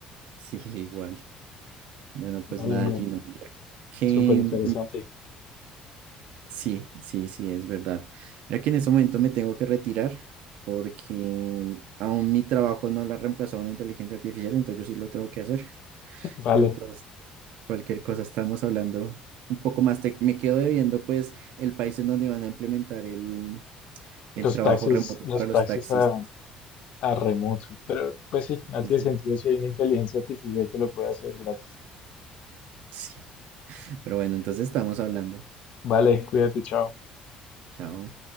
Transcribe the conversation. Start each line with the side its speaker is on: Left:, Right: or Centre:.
Right: sí, igual. Bueno, pues
Left: Vale,
Right: nada,
Left: hombre,
Right: Gino, mira que
Left: súper interesante.
Right: mm, sí, sí, sí, es verdad. Mira que en este momento me tengo que retirar porque aún mi trabajo no lo ha reemplazado una inteligencia artificial, entonces yo sí lo tengo que hacer.
Left: <laughs> Vale,
Right: Entonces, cualquier cosa estamos hablando un poco más. Te- me quedo debiendo pues el país en donde van a implementar el El
Left: los
Right: trabajo
Left: taxis,
Right: remoto
Left: los
Right: para los
Left: taxis
Right: taxistas.
Left: a, a remoto, pero pues sí, no
Right: Sí,
Left: tiene
Right: sí.
Left: sentido si hay una inteligencia artificial que lo puede hacer gratis.
Right: Sí. Pero bueno, entonces estamos hablando.
Left: Vale, cuídate, chao.
Right: Chao.